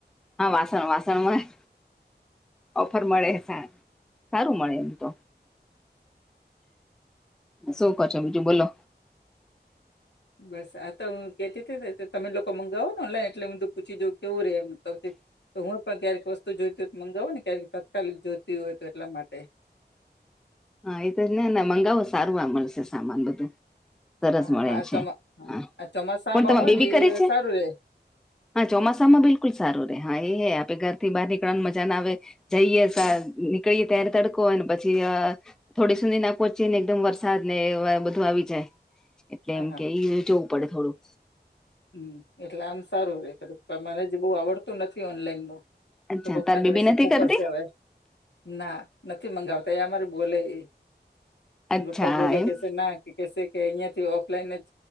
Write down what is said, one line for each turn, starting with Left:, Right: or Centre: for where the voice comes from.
Centre: હા વાસણ વાસણમાં ઓફર મળે સ સારું મળે એમ તો શું કો છો બીજું બોલો
Left: બસ આ તો હું કહેતી તમે લોકો મંગાવો ઑનલાઇન એટલે હું પૂછી જાઉં કેવું રે એ તો હું પણ ક્યારેક વસ્તુ જોઈતી હોય તો મંગાવું ને ક્યારેક તત્કાલીન જોઈતી હોય તો એટલા માટે
Centre: હા એ તો જ મંગાવો સારું આ મળશે સામાન બધું. સરસ
Left: હા
Centre: મળે
Left: આ
Centre: છે,
Left: ચોમા હા
Centre: હ
Left: આ ચોમાસામાં
Centre: કોણ તમારે
Left: હોય
Centre: બેબી
Left: ને
Centre: કરે
Left: એ
Centre: છે?
Left: સારું રે
Centre: હા ચોમાસામાં બિલકુલ સારું આપડે ઘરથી બહાર નીકળવાની મજા ના આવે. જઈએ ત્યારે તડકો હોય પછી થોડી સુધી ના પહોંચીને એકદમ વરસાદને બધું આવી જાય. એટલે
Left: હા
Centre: એમ
Left: હા
Centre: કે એ જોવું પડે થોડું.
Left: હમ એટલે આમ સારું તમારા જેવું કરું મને જે બહુ આવડતું નથી ઓનલાઈન ન.
Centre: અચ્છા
Left: તો કોક
Centre: તાર
Left: ના
Centre: બેબી
Left: જોડે શીખવું
Centre: નથી કરતી
Left: પડશે હવે ના નથી મંગાવતા એ અમારી બોલે એ.
Centre: અચ્છા
Left: પપ્પા બોલે
Centre: એમ
Left: કે ના કે કે કે થી ઓફલાઈન જ